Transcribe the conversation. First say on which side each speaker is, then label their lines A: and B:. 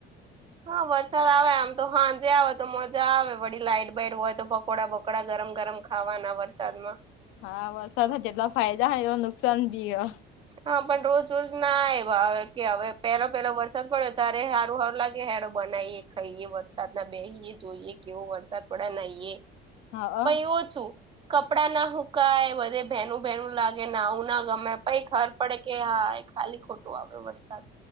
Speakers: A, on the right (about 25°); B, on the left (about 85°).
A: હા વરસાદ આવે આમ તો હાંજે આવે તો મજા આવે વળી લાઈટ બાઈટ હોય તો પકોડા બકડો ગરમ ગરમ ખાવાના વરસાદમાં
B: હા વરસાદ જેટલા ફાયદા એ નુકસાનબી હ
A: હા પણ રોજ રોજના એ હવે કે હવે પેલો પેલો વરસાદ પડ્યો ત્યારે સારું સારું લાગે હેડો બનાવીએ ખાઈએ વરસાદ ના બેહીએ જોઈએ કેવો વરસાદ પડ્યા નહીએ
B: હા
A: પહી ઓછું. કપડા ના હુંકાય બધે ભેનું ભેનું લાગે નાવું ના ગમે પહી ખબર પડે કે હા એ ખાલી ખોટું આવે વરસાદ